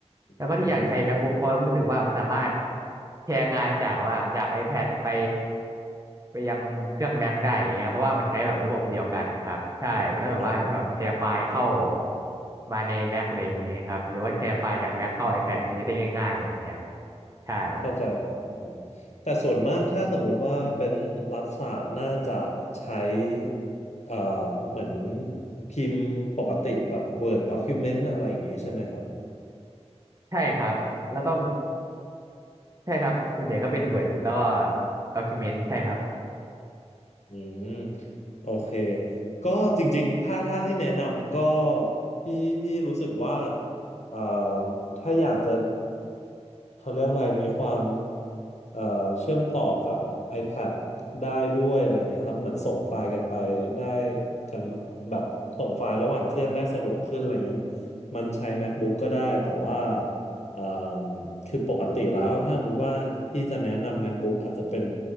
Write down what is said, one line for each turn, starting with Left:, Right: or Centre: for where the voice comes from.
Left: อืม
Right: แล้วก็ที่อยากใช้ MacBook เพราะรู้สึกว่ามันสามารถแชร์งานจากว่าจาก iPad ไปไปยังเครื่อง Mac ได้อะไรเงี้ยครับเพราะว่ามันใช้แบบระบบเดียวกันครับใช่ก็แบบว่าให้แบบแชร์ไฟล์เข้า
Left: อ่าเนอะ
Right: มาใน Mac อะไรอย่างเงี้ยครับหรือว่าแชร์ไฟล์จาก Mac เข้า iPad มันจะได้ง่ายๆแบบเนี้ยครับใช่
Left: เข้าใจครับแต่ส่วนมากถ้าสมมุติว่าเป็นรัฐศาสตร์น่าจะใช้เอ่อเหมือนพิมพ์ปกติแบบ Word Document อะไรอย่างนี้ใช่ไหมครับ
Right: ใช่ครับแล้วก็ใช่ครับ ส่วนใหญ่ก็เป็น Word แล้วก็ Document ใช่ครับ
Left: อืมโอเคก็จริงๆถ้าถ้าให้แนะนำก็พี่พี่รู้สึกว่าเอ่อถ้าอยากจะเขาเรียกอะไรมีความเอ่อเชื่อมต่อกับ iPad ได้ด้วยอะไรเงี้ยครับเหมือนส่งไฟล์กันไปได้กันแบบส่งไฟล์ระหว่างเครื่องได้สะดวกขึ้นอะไรเงี้ยมันใช้ MacBook ก็ได้แต่ว่าเอ่อคือปกติแล้วถ้าสมมติว่าพี่จะแนะนำ MacBook อาจจะเป็น